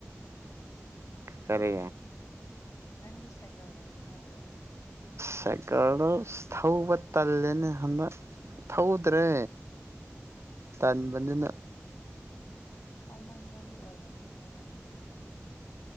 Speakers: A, on the right (about 65°); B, on the left (about 85°).
A: ꯀ ꯀꯔꯦ
B: ꯑꯦ ꯅꯪꯒꯤ ꯁꯥꯏꯀꯜ ꯂꯩꯕ ꯅꯠꯇ꯭ꯔꯣ
A: ꯁꯦꯀꯔꯗꯣ ꯊꯧꯕ ꯇꯜꯂꯦꯅꯦ ꯍꯟꯗꯛ ꯊꯧꯗ꯭ꯔꯦ ꯇꯟꯥꯟꯕꯅꯤꯅ
B: ꯊꯧꯃꯟꯕꯒꯤ ꯑꯣꯏ ꯑꯣꯏꯔꯝꯅꯤꯅꯦ